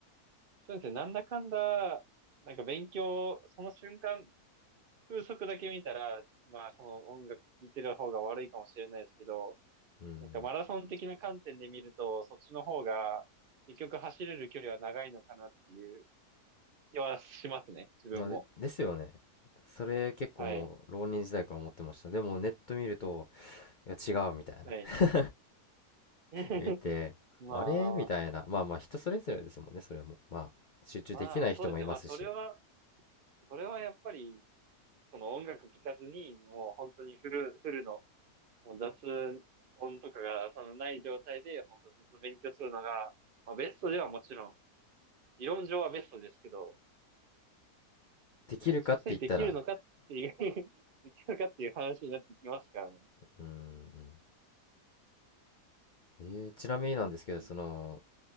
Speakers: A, on the right (about 55°); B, on the left (about 55°).
A: そうですね、なんだかんだ、なんか勉強、その瞬間、風速だけ見たら、まあその音楽聴いてる方が悪いかもしれないですけど、
B: うん。
A: なんかマラソン的な観点で見ると、そっちの方が結局走れる距離は長いのかなっていう気はしますね、自分も。
B: まあ、で、ですよね。それ結構もう浪人時代から思ってました。
A: はい。
B: でもネット見ると、いや違うみたいな
A: はい。
B: <laughs>。
A: <laughs>
B: 見て、
A: まあまあまあ。
B: あれみたいな。まあまあ人それぞれですもんね、それも。まあ集中できない人もいますし。
A: まあそうですね。まあそれは、それはやっぱり、その音楽聴かずに、もう本当にフル、フルの、もう雑音とかがそのない状態で、本当ずっと勉強するのが、まあベストではもちろん、理論上はベストですけど、
B: できるかって言ったら、
A: まあ実際できるのかっていう <laughs> できるのかっていう話になってきますからね。
B: うーん。えーちなみになんですけど、
A: うん。
B: その、